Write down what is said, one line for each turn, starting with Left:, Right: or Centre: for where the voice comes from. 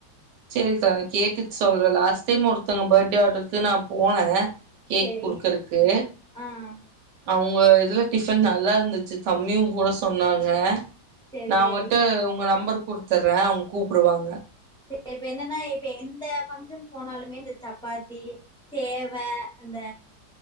Right: சேரிக்கா நா கேட்டுட்டு சொல்றே லாஸ்ட் டைம் ஒருத்தங்க பர்ட்டே ஆடருக்கு நா போனே கேக்
Centre: சேரி
Right: குடுக்கறக்கு
Centre: ஆ ஆ
Right: அவுங்க இதுல டிஃபன் நல்லா இருந்துச்சு கம்மியு கூட சொன்னாங்க
Centre: சேரி
Right: நா அவுங்கட்ட
Centre: சேரி
Right: ஒங்க நம்பர் குடுத்தற்றே அவ்ங்க கூப்புடுவாங்க
Centre: சேர் இப்ப என்னனா இப்ப எந்த பங்சன் போனாலுமே இந்த சப்பாத்தி சேவ அந்த